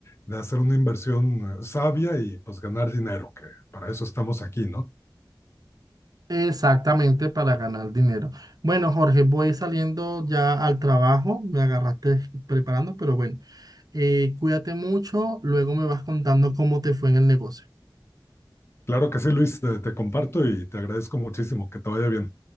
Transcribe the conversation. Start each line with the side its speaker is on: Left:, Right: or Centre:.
Left: de hacer una inversión eh, sabia y pues ganar dinero, que para eso estamos aquí, ¿no?
Right: Exactamente para ganar dinero. Bueno, Jorge, voy saliendo ya al trabajo. Me agarraste preparando, pero bueno, eh, cuídate mucho. Luego me vas contando cómo te fue en el negocio.
Left: Claro que sí, Luis, te, te comparto y te agradezco muchísimo. Que te vaya bien.